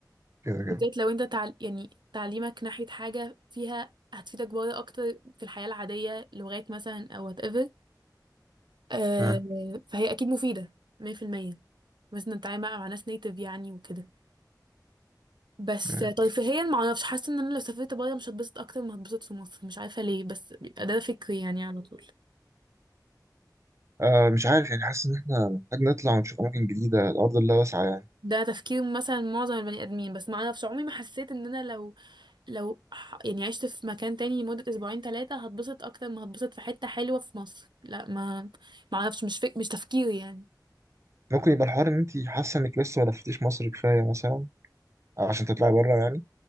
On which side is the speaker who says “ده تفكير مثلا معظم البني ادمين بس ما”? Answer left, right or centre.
Right